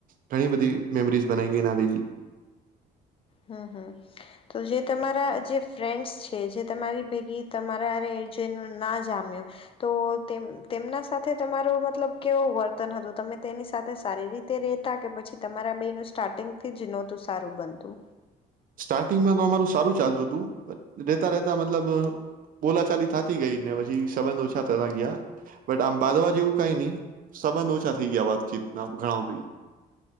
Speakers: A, on the right (about 55°); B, on the left (about 35°).
A: ઘણી બધી મેમરીઝ બનાવી એના બી
B: હ હ તો જે તમારા જે ફ્રેન્ડસ છે જે તમારી ભેગી તમારા રે છે ના જામ્યું તો તેમ તેમના સાથે તમારો મતલબ કેવો વર્તન હતું. તમે તેની સાથે સારી રીતે રેતા કે પછી તમારા બેનું સ્ટાર્ટિંગથી જ નહોતું સારું બનતું.
A: સ્ટાર્ટિંગમાં તો અમારું સારું ચાલતું હતું. રેતા રેતા મતલબ બોલાચાલી થાતી ગઈને પછી સંબંધ ઓછા થતા ગયા બટ આમ બાજવા જેવું કઈ ની સંબંધ ઓછા થઈ ગયા વાતચીતના ઘણાઓ ભેગી.